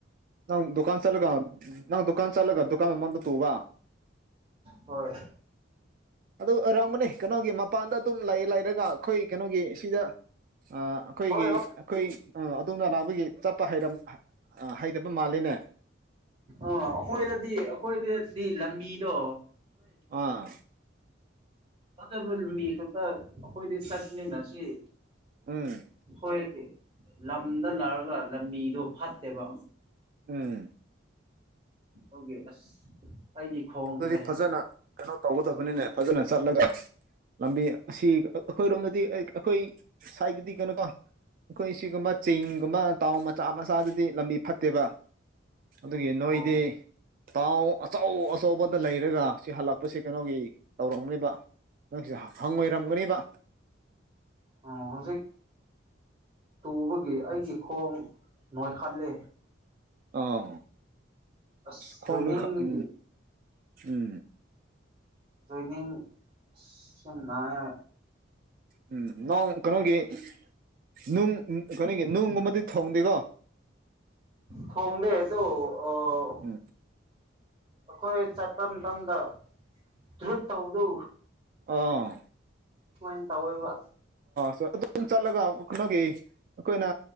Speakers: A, on the right; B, on the right.
A: ꯅꯪ ꯗꯨꯀꯥꯟ ꯆꯠꯂꯒ ꯅꯪ ꯗꯨꯀꯥꯟ ꯆꯠꯂꯒ ꯗꯨꯀꯥꯟ ꯃꯃꯥꯡꯗ ꯇꯨꯕ
B: ꯍꯣꯏ
A: ꯑꯗꯨ ꯑꯣꯏꯔꯝꯒꯅꯤ ꯀꯩꯅꯣꯒꯤ ꯃꯄꯥꯟꯗ ꯑꯗꯨꯝ ꯂꯩ ꯂꯩꯔꯒ ꯑꯩꯈꯣꯏ ꯀꯩꯅꯣꯒꯤ ꯁꯤꯗ ꯑꯥ ꯑꯈꯣꯏꯒꯤ
B: ꯍꯣꯏ ꯍꯣꯏ ꯑ
A: ꯑꯈꯣꯏ ꯑ ꯑꯗꯣꯝꯗ ꯂꯥꯛꯄꯒꯤ ꯆꯠꯄ ꯍꯩꯔꯝ ꯍꯩꯇꯕ ꯃꯥꯜꯂꯤꯅꯦ
B: ꯑ ꯑꯩꯈꯣꯏꯗꯗꯤ ꯑꯩꯈꯣꯏꯗꯗꯤ ꯂꯝꯕꯤꯗꯣ
A: ꯑꯥ
B: ꯐꯠꯇꯕ ꯂꯝꯕꯤ ꯈꯛꯇ ꯑꯩꯈꯣꯏꯗꯤ ꯆꯠꯃꯤꯟꯅꯁꯤ
A: ꯎꯝ
B: ꯑꯩꯈꯣꯏ ꯂꯝꯗ ꯂꯛꯔꯒ ꯂꯝꯕꯤꯗꯣ ꯐꯠꯇꯦꯕ
A: ꯎꯝ
B: ꯑꯗꯨꯒꯤ ꯑꯁ ꯑꯩꯒꯤ ꯈꯣꯡꯁꯦ
A: ꯑꯗꯨꯗꯤ ꯐꯖꯅ ꯀꯩꯅꯣ ꯇꯧꯒꯗꯕꯅꯤꯅꯦ ꯐꯖꯅ ꯆꯠꯂꯒ ꯑꯁ ꯂꯝꯕꯤ ꯑꯁꯤ ꯑꯩꯈꯣꯏꯔꯣꯝꯗꯗꯤ ꯑꯩꯈꯣꯏ ꯁꯥꯏꯠꯇꯗꯤ ꯀꯩꯅꯣꯀꯣ ꯑꯩꯈꯣꯏ ꯁꯤꯒꯨꯝꯕ ꯆꯤꯡꯒꯨꯝꯕ ꯇꯥꯎꯟ ꯃꯆꯥ ꯃꯆꯥꯗꯗꯤ ꯂꯝꯕꯤ ꯐꯠꯇꯦꯕ ꯑꯗꯨꯒꯤ ꯅꯣꯏꯗꯤ
B: ꯑꯣ
A: ꯇꯥꯎ ꯑꯆꯧ ꯑꯆꯧꯕꯗ ꯂꯩꯔꯒ ꯁꯤ ꯍꯜꯂꯛꯄꯁꯦ ꯀꯩꯅꯣꯒꯤ ꯇꯧꯔꯝꯅꯦꯕ ꯅꯪꯁꯤꯗ ꯍꯪ ꯉꯣꯏꯔꯝꯒꯅꯤꯕ
B: ꯑꯣ ꯍꯧꯖꯤꯛ ꯇꯨꯕꯒꯤ ꯑꯩꯒꯤ ꯈꯣꯡ ꯅꯣꯏꯈꯠꯂꯤ
A: ꯑꯥꯎ
B: ꯑꯁ
A: ꯈꯣꯡ
B: ꯖꯣꯏꯅꯤꯡꯗꯒꯤ
A: ꯅꯣꯏꯈꯠ ꯎꯝ ꯎꯝ
B: ꯖꯣꯏꯅꯤꯡ ꯁꯦ ꯅꯥꯏ
A: ꯎꯝ ꯅꯣꯡ ꯀꯩꯅꯣꯒꯤ ꯀꯩꯅꯣꯒꯤ ꯅꯨꯡ ꯀꯩꯅꯣꯒꯤ ꯅꯨꯡꯒꯨꯝꯕ ꯗꯤ ꯊꯣꯡꯗꯦꯀꯣ
B: ꯊꯣꯡꯗꯦ ꯑꯗꯣ ꯑꯥ
A: ꯎꯝ
B: ꯑꯩꯈꯣꯏ ꯆꯠꯄ ꯃꯇꯝꯗ ꯇ꯭ꯔꯨꯠ ꯇꯧꯕꯗꯨ
A: ꯑꯥ
B: ꯁꯨꯃꯥꯏꯅ ꯇꯧꯋꯦꯕ
A: ꯁꯨꯝ ꯑꯗꯨꯝ ꯆꯠꯂꯒ ꯀꯩꯅꯣꯒꯤ ꯑꯩꯈꯣꯏꯅ